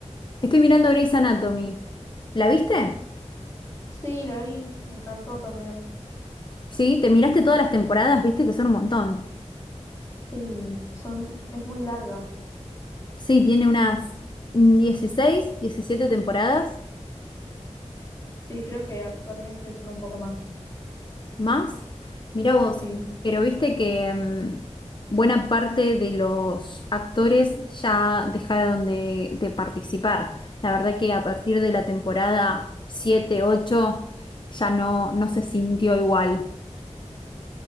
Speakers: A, on the left; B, on the left.
A: Estoy mirando Grey's Anatomy. ¿La viste?
B: Sí, la vi, me encantó también.
A: Sí, te miraste todas las temporadas, viste que son un montón.
B: Sí, son, es muy larga.
A: Sí, tiene unas 16, 17 temporadas
B: Sí, creo que actualmente son un poco más.
A: ¿Más? Mirá vos,
B: Sí.
A: pero viste que mm, buena parte de los actores ya dejaron de, de participar. La verdad que a partir de la temporada 7, 8, ya no, no se sintió igual.